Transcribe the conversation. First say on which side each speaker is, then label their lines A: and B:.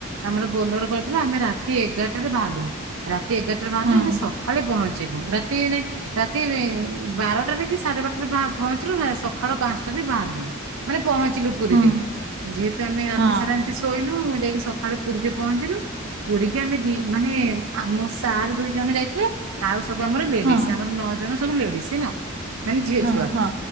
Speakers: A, on the right (about 80°); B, on the right (about 55°).
A: ଆମର ବୋଲର କରିଥିଲୁ ଆମେ ରାତି ଏଗାରଟାରେ ବାହାରଲୁ। ରାତି ଏଗାରଟାରେ ବାହାରିଲୁ
B: ହୁଁ।
A: ଆମେ ସକାଳେ ପହଞ୍ଚିଲୁ ରାତି ଏଇନେ ରାତି ଏ ବାରଟାରେ କି ସାଢେ ବାରଟାରେ ପହଞ୍ଚିଲୁ ନା ସକାଳ ପାଞ୍ଚଟାରେ ବାହାରିଲୁ। ମାନେ ପହଞ୍ଚିଲୁ ପୁରୀରେ
B: ହୁଁ
A: ଯେହେତୁ ଆମେ ରାତି
B: ହଁ
A: ସାରା ଏମିତି। ଶୋଇନୁ ମୁଁ ଯାଇକି ସକାଳେ ପୁରୀ ପହଞ୍ଚିଲୁ। ପୁରୀ କି ଆମେ ଦି ମାନେ ଆମ ସାର୍ ଦୁଇ ଜଣ ଯାଇଥିଲେ। ଆଉ ସବୁ ଆମର ଲେଡିଜ
B: ହଁ
A: ଆମର ନଅ ଜଣ ସବୁ ଲେଡିଜ ହେଲା ମାନେ ଝିଅ
B: ହଁ
A: ଛୁଆ।
B: ହଁ